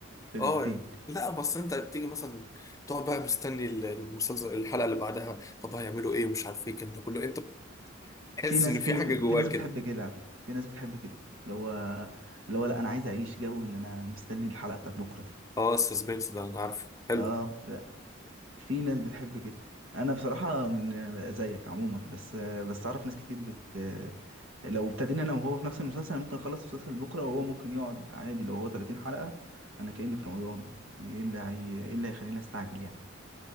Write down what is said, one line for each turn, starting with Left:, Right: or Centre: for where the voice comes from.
Right: في
Left: اه
Right: ليلتين
Left: لا بس انت بتيجي مثلا تقعد بقى مستني المسلسل الحلقه اللي بعدها طب هيعملوا ايه مش عارف ايه الكلام ده كله انت بتحس
Right: في ناس
Left: ان في
Right: في ناس
Left: حاجه
Right: في
Left: جواك
Right: ناس بتحب
Left: كده
Right: كده على فكره في ناس بتحب كده اللي هو اللي هو لا انا عايز اعيش جو ان انا مستني الحلقه بتاعت بكره دي
Left: اه السسبنس ده انا عارفه حلو
Right: اه لا في ناس بتحب كده انا بصراحه من زيك عموما بس بس اعرف ناس كتير بت لو ابتدينا انا وهو في نفس المسلسل أنا ممكن اخلص المسلسل بكره وهو ممكن يقعد عادي لو هو 30 حلقه انا كأني في رمضان ايه اللي هي ايه اللي هيخليني استعجل يعني